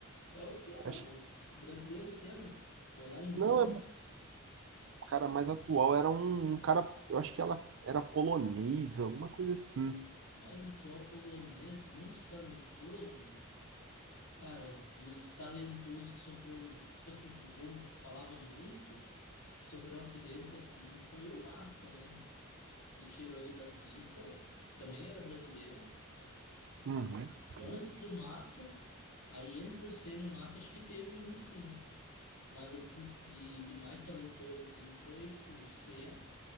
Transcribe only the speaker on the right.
acho
que
não,
é um cara mais atual, era um um cara, eu acho que ela era polonesa, alguma coisa assim.
Uhum, sim.